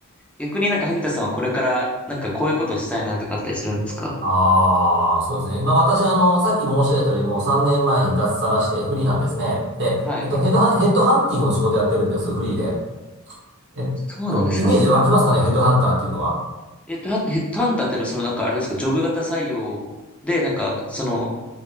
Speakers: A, in the centre; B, on the right (about 50°).
A: 逆になんか萩田さんはこれからなんかこういうことをしたいなとかあったりするんですか
B: ああ、そうですね。今私、あの、さっき申し上げたよりも3年前に脱サラしてフリーなんですね。で、
A: はい。
B: えっと、ヘッドハン、ヘッドハンティングの仕事やってるんです、フリーで。えっと、
A: そうなんですね。
B: イメージ湧きますかね、ヘッドハンターっていうのは。
A: えっと、ヘッヘッドハンターっていうのはそのなんかあれですか、ジョブ型採用で、なんかその、